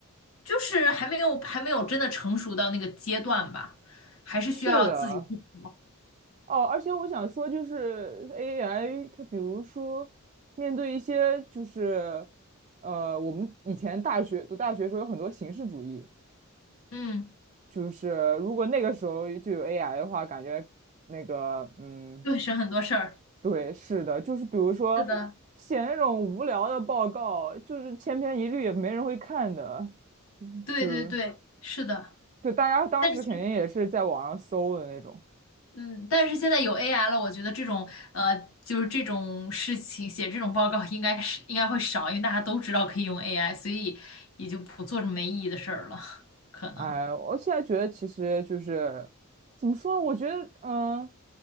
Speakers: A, on the left (about 80°); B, on the right (about 35°).
A: 就是还没有还没有真的成熟到那个阶段吧，还是需要自己去磨。
B: 是的，哦，而且我想说，就是 AI，它比如说面对一些就是呃，我们以前大学读大学的时候有很多形式主义，
A: 嗯，
B: 就是如果那个时候就有 AI 的话，感觉那个嗯。
A: 对，省很多事儿。
B: 对，是的，就是比如说写那种无聊的报告，
A: 是的，
B: 就是千篇一律，也没人会看的，
A: 对对对，
B: 就就
A: 是的。
B: 大家当时肯定也是在网上搜的那种。
A: 但是，嗯，但是现在有 AI 了，我觉得这种呃，就是这种事情写这种报告应该是应该会少，因为大家都知道可以用 AI，所以也就不做这么没意义的事儿了，可能。
B: 哎，我现在觉得其实就是怎么说呢？我觉得，嗯，